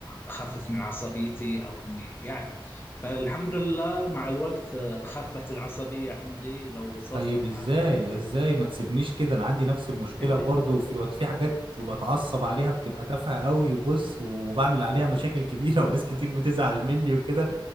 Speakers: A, on the left; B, on the right.
A: اخفف من عصبيتي او اني يعني فالحمد لله مع الوقت آه، خفت العصبيه عندي لو صرت
B: طيب
A: متعال
B: ازاي ازاي ما تسيبنيش كده انا عندي نفس المشكله
A: <laughs>
B: برضه وفي في حاجات بتعصب عليها بتبقى تافهه قوي وبص وبعمل عليها مشاكل كبيره <laughs> وناس كتير بتزعل مني وكده